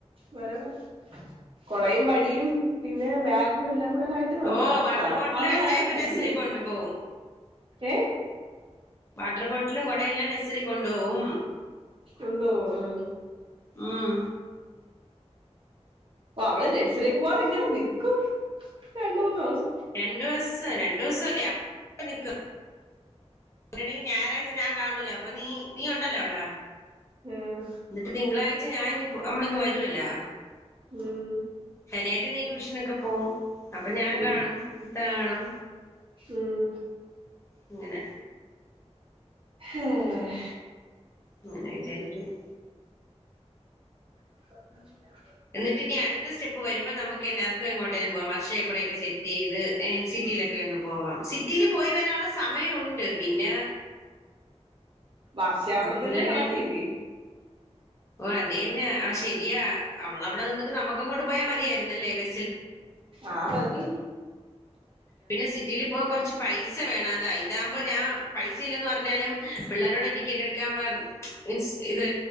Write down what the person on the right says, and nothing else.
വരണം കൊടയും വടിയും പിന്നെ ബാഗും എല്ലാം കൂടെട്ട്
നടപ്പാവുന്ന
കാര്യല്ലേ
ഏ
ഉണ്ടോ ആഹ്
അവിടെ ജഴ്സറി പോവാതെ എങ്ങനെ നിക്കും രണ്ട മൂന്ന് ദിവസം
ഉം
ഉം
ഉം
ഉം
ഏഹ്
<unintelligible>
വർഷ അവിടെ
തന്നെ കടക്കല്ലേ
ആഹ വധി